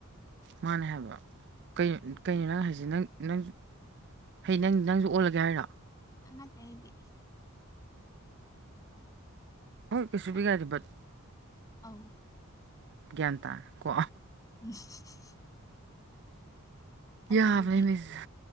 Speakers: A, on the right (about 55°); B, on the left (about 15°).
A: ꯃꯥꯅꯦ ꯍꯥꯏꯕ ꯀꯩꯅꯣ ꯀꯩꯅꯣ ꯅꯪ ꯍꯥꯏꯁꯦ ꯅꯪ ꯅꯪ ꯍꯩ ꯅꯪ ꯅꯪꯁꯨ ꯑꯣꯜꯂꯒꯦ ꯍꯥꯏꯔꯣ
B: ꯑꯥ ꯅꯥꯠꯇꯦ ꯍꯥꯏꯗꯤ
A: ꯑꯣ ꯀꯩꯁꯨꯕꯨꯗꯤ
B: ꯑꯩ
A: ꯀꯥꯏꯗꯦ ꯕꯠ
B: ꯑꯧ
A: ꯒ꯭ꯌꯥꯟ ꯇꯥꯔꯦ ꯀꯣ
B: <unintelligible> ꯑꯗꯣ
A: ꯌꯥꯕꯅꯦ
B: ꯑꯩꯗꯤ
A: ꯃꯤꯁ